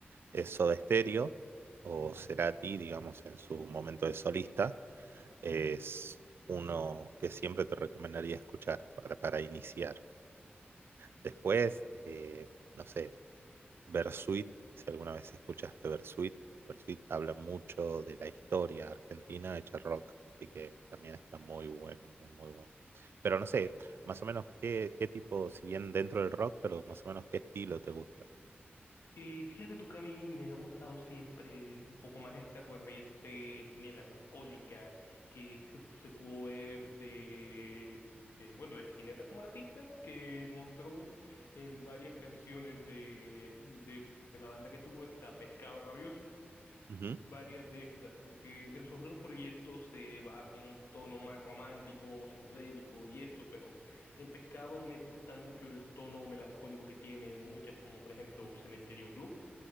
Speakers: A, on the right (about 75°); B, on the left (about 85°).
A: es Soda Stereo o Cerati, digamos, en su momento de solista. Es uno que siempre te recomendaría escuchar para, para iniciar. Después, eh, no sé, Bersuit, si alguna vez escuchaste Bersuit, Bersuit habla mucho de la historia argentina hecha rock, así que también está muy bueno, muy, muy bueno. Pero no sé, más o menos qué, qué tipo, si bien dentro del rock, pero más o menos qué estilo te gusta.
B: Y fíjate tú que a mí me ha gustado siempre un poco más esta corriente melancólica que se, se pudo ver de, de, bueno, de Spinetta como artista, que mostró en varias canciones de, de, de la banda que tuvo esta Pescado Rabioso,
A: Ujú,
B: varias de estas, porque en sus otros proyectos se va con un tono más romántico, psicodélico y eso, pero en Pescado me gusta mucho el tono melancólico que tiene muchas, como por ejemplo Cementerio Club